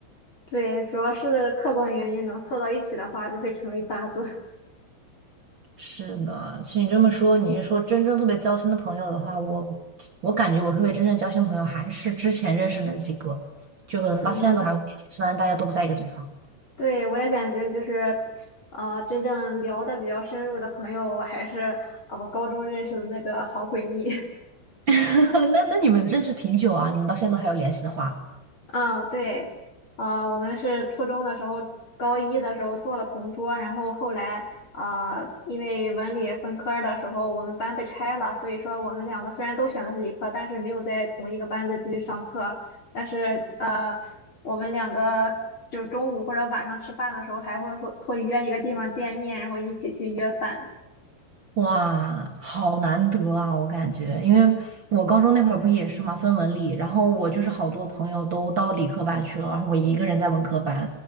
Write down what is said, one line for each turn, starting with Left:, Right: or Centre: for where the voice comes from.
Left: 对，主要是客观原因能凑到一起的话，就会成为搭子。
Right: 是的，其实你这么说，你是说真正特别交心的朋友的话，我我感觉我特别真正交心的朋友还是之前认识那几个，就可能到现在都还会联系，
Left: <laughs> 嗯。
Right: 虽然大家都不在一个地方。
Left: 对，我也感觉就是，呃，真正聊的比较深入的朋友，我还是呃我高中认识的那个好闺蜜。<laughs>
Right: <laughs> 那那你们认识挺久啊？你们到现在都还有联系的话，
Left: 嗯，对，呃，我们是初中的时候，高一的时候做了同桌，然后后来呃，因为文理分科儿的时候，我们班被拆了，所以说我们两个虽然都选的是理科，但是没有在同一个班子继续上课，但是呃，我们两个。就是中午或者晚上吃饭的时候，还会会会约一个地方见面，然后一起去约饭。
Right: 哇，好难得啊！我感觉，因为我高中那会儿不也是嘛，分文理，然后我就是好多朋友都到理科班去了，然后我一个人在文科班，